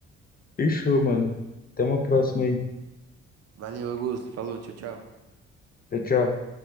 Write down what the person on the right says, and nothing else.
Valeu, Augusto. Falou, tchau, tchau.